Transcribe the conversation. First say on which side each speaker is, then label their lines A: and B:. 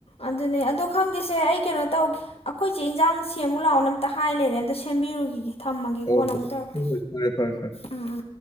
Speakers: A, on the left (about 70°); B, on the left (about 40°).
A: ꯑꯗꯨꯅꯦ ꯑꯗꯣ ꯈꯪꯗꯦꯁꯦ ꯑꯩ ꯀꯩꯅꯣ ꯇꯧꯒꯦ ꯑꯩꯈꯣꯏ ꯆꯦ ꯏꯟꯖꯥꯡ ꯁꯦꯝꯃꯨ ꯂꯥꯛꯑꯣꯅ ꯑꯝꯇ ꯍꯥꯏ ꯂꯩꯔꯦ ꯑꯝꯇ ꯁꯦꯝꯕꯤꯔꯨꯒꯤꯒꯦ ꯊꯝꯃꯒꯦ
B: ꯍꯣꯏ
A: ꯀꯣꯟꯅ ꯑꯃꯨꯛ ꯇꯧꯔꯛꯀꯦ
B: ꯍꯣꯏ ꯍꯣꯏ ꯍꯣꯏ ꯐꯔꯦ ꯐꯔꯦ ꯐꯔꯦ
A: ꯎꯝ ꯎꯝ